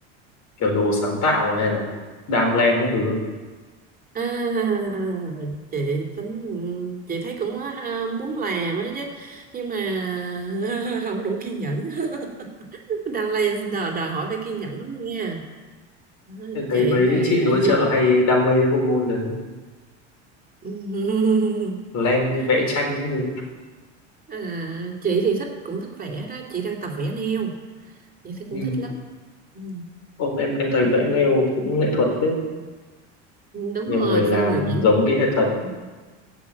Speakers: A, on the left; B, on the right.
A: kiểu đồ sáng tạo hay là đan len các thứ không?
B: à, chị tính chị thấy cũng ha, muốn làm á chứ nhưng mà <laughs> không đủ kiên nhẫn <laughs> đang lên đòi, đòi hỏi phải kiên nhẫn lắm nha Ờ,
A: Em
B: chị
A: thấy mấy
B: thì
A: chị nội
B: ở
A: trợ
B: giờ
A: hay đam mê bộ môn đấy
B: <laughs>
A: len vẽ tranh cái gì
B: À, chị thì thích cũng thích vẽ đó chị đang tập vẽ neo chị thấy
A: nhưng
B: cũng thích lắm ừ.
A: ô, em em thấy
B: À,
A: vẽ nail cũng nghệ thuật phết
B: đúng
A: nhiều
B: rồi
A: người làm
B: phải luyện
A: giống y hệt thật
B: ừ.